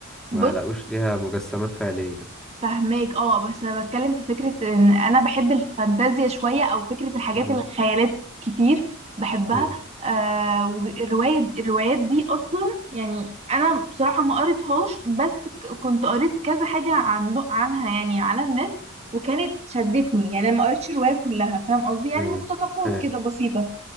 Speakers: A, on the right; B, in the centre.
A: بص
B: ما لقوش ليها مجسمات فعلية
A: فهماك اه بس انا بتكلم في فكره ان انا بحب الفانتازيا شويه او فكره الحاجات
B: امم
A: اللي خيالات كتير بحبها
B: ايوه
A: آه والروايه الروايات دي اصلا يعني انا بصراحه ما قريتهاش بس ك- كنت قريت كذا حاجه عن عنها يعني على النت وكانت شدتني يعني انا ما قريتش الروايه كلها فاهم قصدي يعني
B: ايوه
A: مقتطفات
B: فاهم
A: كده بسيطه